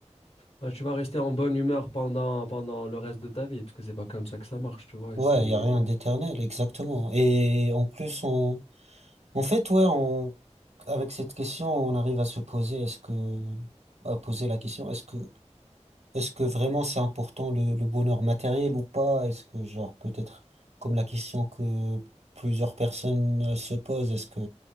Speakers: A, on the left; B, on the right.
A: bah, tu vas rester en bonne humeur pendant, pendant le reste de ta vie, parce que c'est pas comme ça que ça marche, tu vois.
B: Ouais,
A: Et c'est...
B: il y a rien d'éternel, exactement. Et en plus, on, en fait, ouais, on, avec cette question, on arrive à se poser, est-ce que, à poser la question, est-ce que, est-ce que vraiment c'est important le, le bonheur matériel ou pas? Est-ce que, genre, peut-être, comme la question que plusieurs personnes euh, se posent, est-ce que